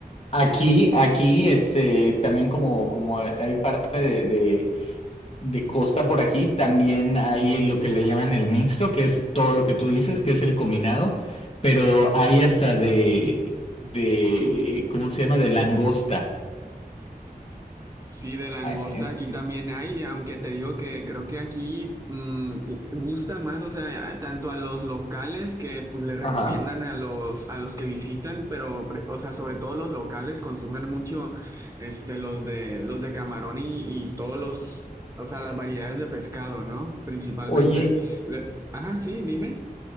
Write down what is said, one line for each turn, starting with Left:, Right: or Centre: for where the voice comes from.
Left: Aquí, aquí, este, también como, como hay parte de, de, de costa por aquí, también hay lo que le llaman el mixto, que es todo lo que tú dices, que es el combinado, pero hay hasta de, de, ¿cómo se llama? De langosta.
Right: Sí, de langosta
Left: Ah, en-
Right: aquí también hay, aunque te digo que creo que aquí mm, gu- gusta más, o sea, a- tanto a los locales que pues les recomiendan
Left: Ajá.
Right: a los a los que visitan, pero pre- o sea, sobre todo los locales consumen mucho este los de los de camarón y, y todos los, o sea, las variedades de pescado, ¿no? Principalmente.
Left: Oye,
Right: Le- ajá, sí, dime.